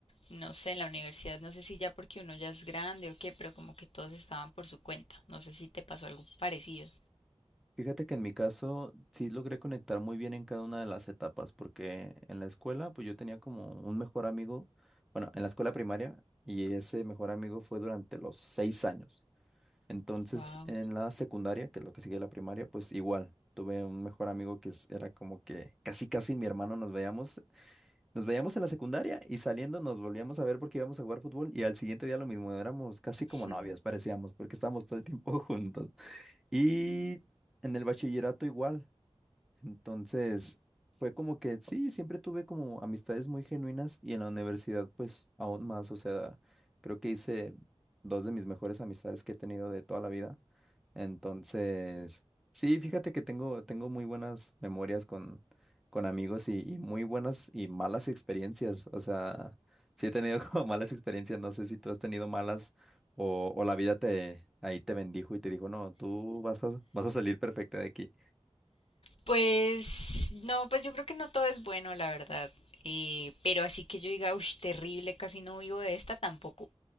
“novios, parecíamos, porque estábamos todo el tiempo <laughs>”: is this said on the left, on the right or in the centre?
Centre